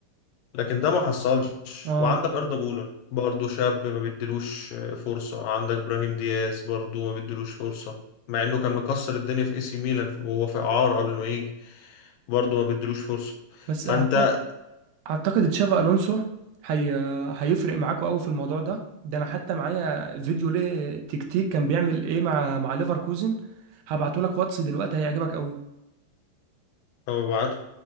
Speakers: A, on the left (about 75°); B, on the right (about 75°).
A: لكن ده ما حصلش
B: اه
A: وعندك أردا جولر برضه شاب ما بيديلوش فرصة عندك إبراهيم دياز برضه ما بيديلوش فرصة مع إنه كان مكسر الدنيا في اي سي ميلان وهو في إعارة قبل ما يجي برضه ما بيديلوش فرصة
B: بس
A: فأنت
B: أعت- اعتقد تشافي الونسو هي... هيفرق معاكوا قوي في الموضوع ده ده انا حتى معايا فيديو ليه تكتيك كان بيعمل ايه مع مع ليفركوزن هبعته لك واتس دلوقتي هيعجبك قوي
A: أنا ببعته